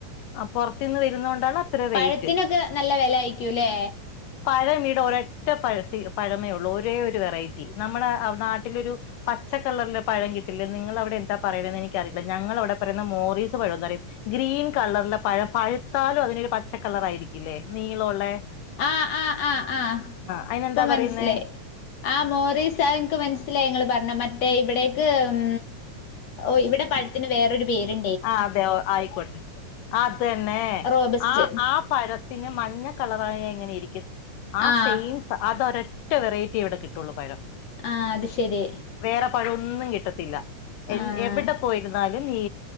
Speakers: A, on the left; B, on the left.
A: പൊറത്തിന്ന് വരുന്നോണ്ടാണ് അത്ര
B: പഴത്തിനൊക്കെ
A: റേറ്റ്
B: നല്ല വെല ആയിക്കൂലേല്ലേ.
A: പഴമിവിടെ ഒരൊറ്റ പഴ സി പഴമേ ഉള്ളൂ ഒരേ ഒരു വെറൈറ്റി നമ്മടെ നാട്ടിലൊരു പച്ചക്കളറില് പഴം കിട്ടില്ലേ നിങ്ങളവിടെ എന്താ പറയണെന്ന് എനിക്കറിയില്ല ഞങ്ങളവിടെ പറയുന്നെ മോറീസ് പഴന്ന് പറയും ഗ്രീൻ കളറിലെ പഴം പഴുത്താലും അതിനൊരു പച്ചക്കളറായിരിക്കില്ലേ നീളോള്ളെ
B: ആ ആഹ് ആഹ് ആ
A: അതിനെന്താ
B: ഇപ്പം മനസിലായി.
A: പറയുന്നേ
B: ആഹ് മോറീസ അയ് ഇന്ക്ക് മനസ്സിലായി ഇങ്ങള് പറഞ്ഞ മറ്റേ ഇവിടേക്ക് ഉം.. ഓഹ് ഇവിടെ പഴത്തിന് വേറൊരു പേര്
A: ആഹ് അതെ ആയിക്കോട്ട് അതന്നെ
B: റോബസ്റ്റ്
A: ആ ആ പഴത്തിന് മഞ്ഞ കളറായ എങ്ങനെയിരിക്കും ആ
B: ആഹ്
A: സെയിം അതൊരൊറ്റ വെറൈറ്റിയെ ഇവിടെ കിട്ടുള്ളൂ പഴം.
B: ആഹ് അത് ശരി.
A: വേറെ പഴൊന്നും കിട്ടത്തില്ല എ
B: ആഹ്
A: എവിടെ പോയിരുന്നാലും ഈ